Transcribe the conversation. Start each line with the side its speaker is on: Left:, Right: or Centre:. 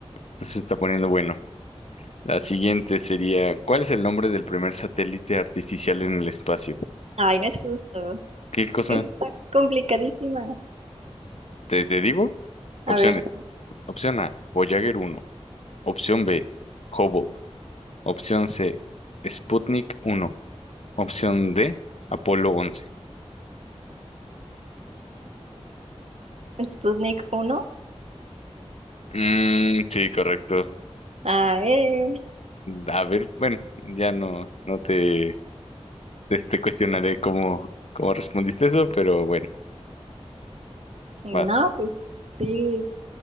Left: Esto se está poniendo bueno. La siguiente sería, ¿cuál es el nombre del primer satélite artificial en el espacio?
Right: Ay, no es justo.
Left: ¿Qué cosa?
Right: Está complicadísima.
Left: ¿Te, te digo?
Right: A
Left: Opciones.
Right: ver, sí.
Left: Opción A, Voyager uno. Opción B, Hubble. Opción C, Sputnik uno. Opción D, Apolo once.
Right: Sputnik uno?
Left: Mm, sí, correcto.
Right: Ah, eh.
Left: A ver, bueno, ya no, no te, te, te cuestionaré cómo, cómo respondiste eso, pero bueno,
Right: No,
Left: vas.
Right: pues sí,